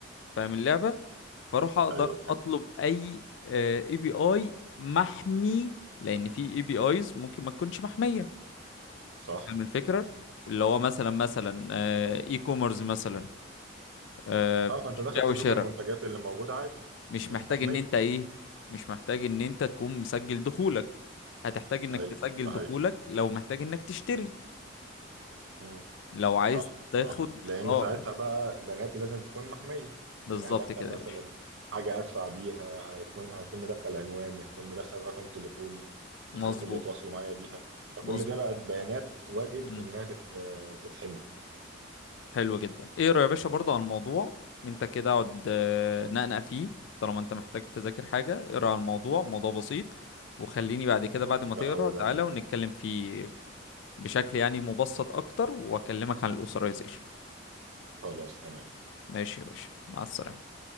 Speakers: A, on the left (about 65°); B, on the right (about 70°).
A: فاهم اللعبه فاروح اقدر
B: ايوه فهمت
A: اطلب اي اي بي اي محمي لان في اي بي ايز ممكن ما تكونش محميه
B: صح
A: أنت فاهم الفكره اللي هو مثلا مثلا اي كوميرس مثلا آه،
B: اه فانت داخل
A: بيع
B: تشوف
A: وشراء
B: المنتجات اللي موجوده عادي
A: مش
B: مش
A: محتاج
B: محميه
A: ان انت ايه مش محتاج ان انت تكون مسجل دخولك هتحتاج انك
B: ايوه
A: تسجل
B: ده
A: دخولك لو محتاج انك تشتري
B: حقيقي
A: لو عايز
B: صح
A: تاخد
B: صح لان
A: اه
B: ساعتها بقى بناتي لازم تكون محميه
A: بالظبط
B: لان هدخل
A: كده
B: مثلا
A: يا باشا
B: حاجه ادفع بيها هيكون هيكون مدخل عنواني هيكون مدخل رقم تليفوني
A: مظبوط
B: الحاجات اللي يتواصلوا معايا بيها فكل
A: مظبوط
B: ده بقت بيانات واجب
A: مم.
B: انها تت- آه، تتحمي
A: حلو جدا ايه رأيك يا باشا برضه على الموضوع انت كده اقعد آه، نقنق فيه طالما انت محتاج تذاكر حاجة اقرا على الموضوع موضوع بسيط وخليني بعد كده بعد ما
B: لا
A: تقرا
B: هو
A: تعالى
B: جميل
A: ونتكلم فيه بشكل يعني مبسط اكتر واكلمك عن الاسرائيزيشن
B: خلاص تمام
A: ماشي يا باشا مع السلامة